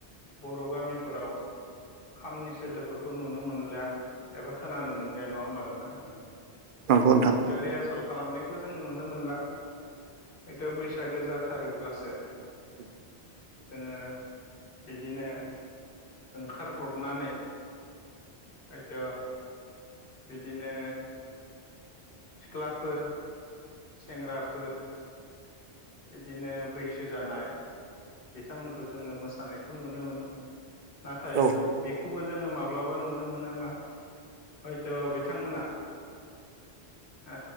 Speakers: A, on the left (about 55°); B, on the right (about 60°).
A: बर' गामिफोराव खामनि सोदोबफोरखौ नुनो मोनलिया एबा खोनानो मोनलिया नङा होमबा नोंथां?
B: नंगौ नोंथां
A: हयथ' रिहासल खालामनायखौ जों नुनो मोनला। हयथ' बैसागो जाथारोब्लासो
B: <inaudible>
A: जोङो बिदिनो ओंखारब्रबनानै हयथ' बिदिनो सिख्लाफोर सेंग्राफोर बिदिनो बैसो जानाय बिथांमोनखौ जोङो मोसानायखौ नुनो मोनो। नाथाय
B: औ
A: बेखौबो जोङो माब्लाबा नुनो मोनो मा हयथ' बिथांमोना ओ